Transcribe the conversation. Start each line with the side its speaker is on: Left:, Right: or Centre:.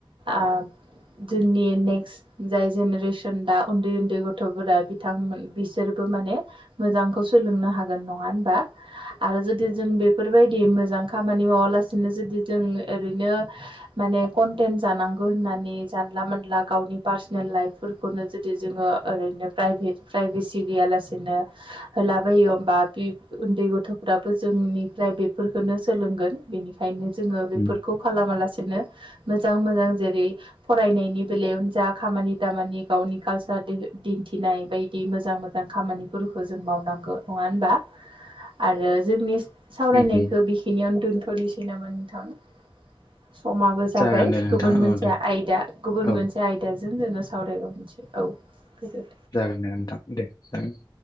Right: ओ जोंनि नेक्स्ट जाय जेनेरेसन दा उन्दै उन्दै गथ'फोरा बिथांमोन बिसोरबो माने मोजांखौ सोलोंनो हागोन नङा होनबा? आरो जुदि जों बेफोरबायदि मोजां खामानि मावालासिनो जुदि जों ओरैनो माने कनटेन्ट जानांगौ होननानै जानला मोनला गावनि पार्सनेल लाइफफोरखौनो जुदि जोङो ओरैनो प्राइभेट प्राइभेसि गैयालासेनो लाबायो ओमबा बे उन्दै गथ'फोराबो जोंनिफ्राय बेफोरखौनो सोलोंगोन बेनिखायनो जोङो बेफोरखौ
Left: उम
Right: खालामालासेनो मोजां मोजां जेरै फरायनायनि बेलायावनो जा खामानि दामानि गावनि कालसार दिन्थिनाय बायदि मोजां मोजां खामानिफोरखौ जों मावनांगौ। नङा होनबा आरो जोंनि सावरायनायखौ
Left: उम उम
Right: बेखिनियावनो दोनथ'नोसै नामा नोंथां। समाबो जाबाय
Left: जागोन दे नोंथां
Right: गुबुन मोनसे
Left: औ दे
Right: आयदा गुबुन
Left: औ
Right: मोनसे आय जों जोङो सावरायोबा मिथियो औ। गोजोन
Left: जागोन दे नोंथां दे जागोन ।